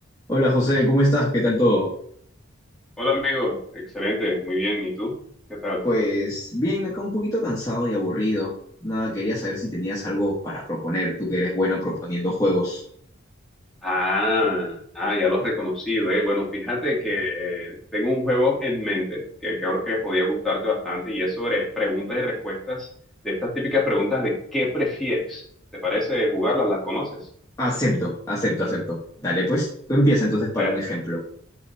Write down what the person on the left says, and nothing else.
Hola José, ¿cómo estás? ¿Qué tal todo?
Pues bien, acá un poquito cansado y aburrido. Nada, quería saber si tenías algo para proponer, tú que eres bueno proponiendo juegos.
Acepto, acepto, acepto. Dale, pues, tú empieza entonces para
un ejemplo.